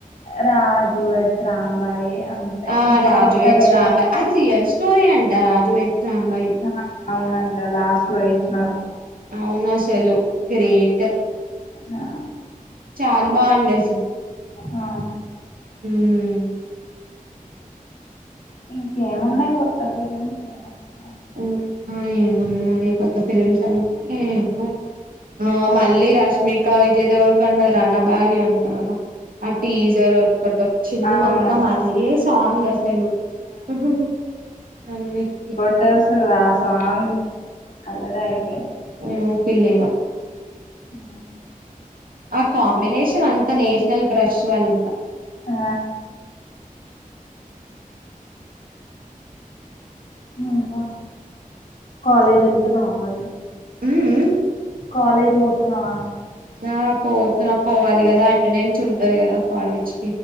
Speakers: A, on the left (about 60°); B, on the right (about 80°).
A: Raju weds Rambai అంతే.
B: ఆ
A: ఇంకా
B: రాజు
A: కొత్తగా
B: వెడ్స్
A: ఏమొచ్చినాయి
B: రాంబాయ్ అది రియల్ స్టోరీ అంట రాజు వెడ్స్ రాంబాయి
A: ఆ! అవునంట లాస్ట్ లో వేసినారు
B: అవునాసలు గ్రేట్
A: ఆ!
B: చాలా బాండే
A: ఆ
B: మ్
A: ఇంకేమున్నాయి కొత్త ఫిలిమ్స్ ఏమొచ్చినాయి.
B: ఇంకా ఏమున్నాయి కొత్త ఫలిమ్స్ అంటే ఏమో ఆ మళ్ళీ రష్మికా విజయ దేవరకొండ రనబాలి అం కదా ఆ టీజర్ ఒక్కటి వచ్చింది
A: అవును.
B: మొత్తం అది ఏ సాంగ్ తెలు ఉహుహు అన్నిటికి
A: టర్స్ ఆ సాంగ్ అల్లదే అయిపోయింది.
B: నో పిలీమా
A: హ
B: ఆ కాంబినేషన్ అంత నేషనల్ క్రష్ వాలింగ
A: ఆ ఇంకా కాలేజ్ వెళ్తున్నావా మ
B: ఉఉమ్
A: కాలజ్ పోతున్నావా
B: ఆ పోతున్నా పోవాలి కదా అటెండెన్స్ ఉంటది కదా కాలేజ్